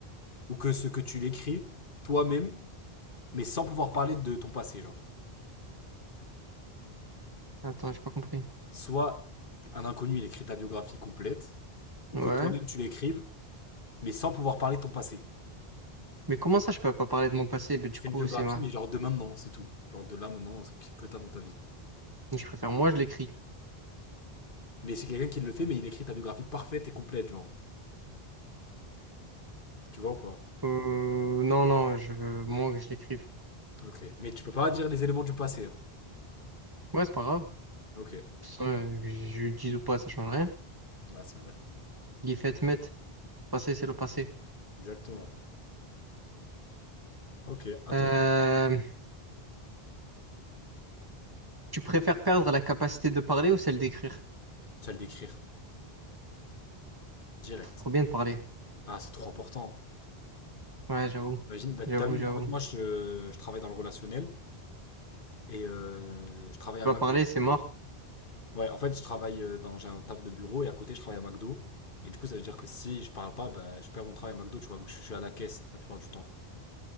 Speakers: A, on the left; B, on the right.
A: ou que ce que tu l'écris toi-même, mais sans pouvoir parler de ton passé, genre.
B: Attends, j'ai pas compris.
A: Soit un inconnu, il écrit ta biographie complète, ou
B: Ouais.
A: que toi-même tu l'écrives, mais sans pouvoir parler de ton passé.
B: Mais comment ça, je peux pas parler de mon passé? Bah, du
A: Tu fais
B: coup,
A: une biographie,
B: c'est ma...
A: mais genre de maintenant, c'est tout. Genre de là maintenant, ce que que t'as dans ta vie.
B: Je préfère, moi, je l'écris.
A: Mais c'est quelqu'un qui le fait, mais il écrit ta biographie parfaite et complète, genre. Tu vois ou pas?
B: Euh, non, non, je veux moins que je l'écrive.
A: Ok. Mais tu peux pas dire les éléments du passé. hein.
B: Ouais, c'est pas grave.
A: Ok.
B: euh, que je je le dise ou pas, ça change rien.
A: Ouais, c'est vrai.
B: Les faits mettent. Passé, c'est le passé.
A: Exactement. Ok, attends.
B: Euh, tu préfères perdre la capacité de parler ou celle d'écrire?
A: Tu vas le décrire. Direct.
B: Trop bien de parler.
A: Ah, c'est trop important.
B: Ouais, j'avoue.
A: Imagine, bah,
B: J'avoue,
A: t'as vu,
B: j'avoue.
A: en fait, moi, je, je travaille dans le relationnel et euh, je travaille à
B: Pas
A: McDo,
B: parler,
A: tu
B: c'est
A: vois.
B: mort.
A: Ouais, en fait, je travaille euh, dans, j'ai un taf de bureau et à côté, je travaille à McDo. Et du coup, ça veut dire que si je parle pas, bah, je perds mon travail à McDo, tu vois, vu que je suis à la caisse la plupart du temps.